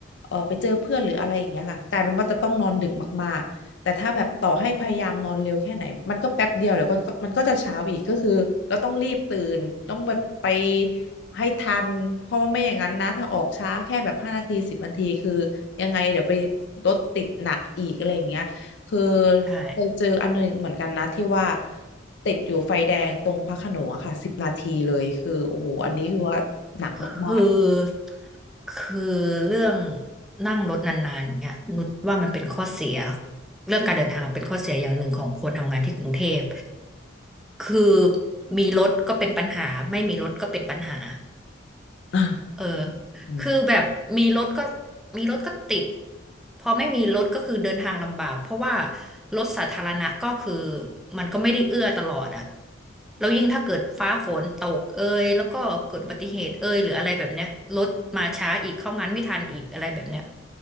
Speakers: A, on the left; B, in the centre.
A: เออไปเจอเพื่อนหรืออะไรอย่างเงี้ยค่ะกลายเป็นว่าจะต้องนอนดึกมาก แต่ถ้าแบบต่อให้พยายามนอนเร็วแค่ไหนมันก็แป๊บเดียวแล้วก็ก็มันก็จะเช้าอีกก็คือเราต้องรีบตื่นต้องแบบไปให้ทันเพราะว่าไม่อย่างนั้นนะถ้าออกช้าแค่แบบห้านาทีสิบนาทีคือยังไงเดี๋ยวไปรถติดหนักอีกอะไรอย่างเงี้ยคือ
B: ใช่
A: เคยเจออันหนึงเหมือนกันนะที่ว่าติดอยู่ไฟแดงตรงพระโขนงอะค่ะสิบนาทีเลยคือโอ้โหอันนี้คือว่าหนักมาก
B: คือคือเรื่องนั่งรถนานๆเนี่ยนุชว่ามันเป็นข้อเสียเรื่องการเดินทางเป็นข้อเสียอย่างหนึ่งของคนทำงานที่กรุงเทพ คือมีรถก็เป็นปัญหาไม่มีรถก็เป็นปัญหา
A: ๆอ่า
B: เออ
A: อืม
B: คือแบบมีรถก็มีรถก็ติดพอไม่มีรถก็คือเดินทางลำบากเพราะว่ารถสาธารณะก็คือมันก็ไม่ได้เอื้อตลอดอะแล้วยิ่งถ้าเกิดฟ้าฝนตกเอยแล้วก็เกิดอุบัติเหตุเอยหรืออะไรแบบเนี้ยรถมาช้าอีกเข้างานไม่ทันอีกอะไรแบบเนี้ย